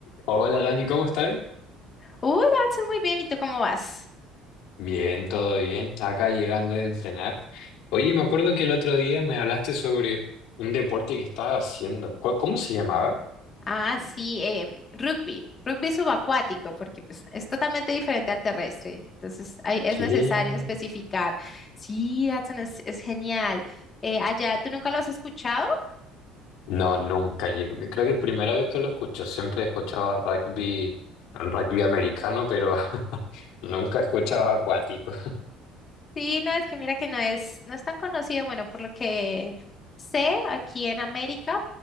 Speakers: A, on the left; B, on the left.
A: Hola Dani, ¿cómo estás?
B: Hola, Adson, muy bien. ¿Y tú cómo vas?
A: Bien, todo bien. Acá llegando de entrenar. Oye, me acuerdo que el otro día me hablaste sobre un deporte que estabas haciendo. ¿Cu- ¿Cómo se llamaba?
B: Ah, sí, em, rugby, rugby subacuático, porque pues, es totalmente diferente al terrestre. Entonces, ahí es
A: ¿Qué?
B: necesario especificar. Sí, Adson, es, es genial. Eh, allá, ¿tú nunca lo has escuchado?
A: No, nunca. llego. Creo que es primera vez que lo escucho. Siempre he escuchado rugby, rugby americano, pero <laughs> nunca he escuchado acuático.
B: Sí, no, es que mira que no es, no es tan conocido. Bueno, por lo que sé, aquí en América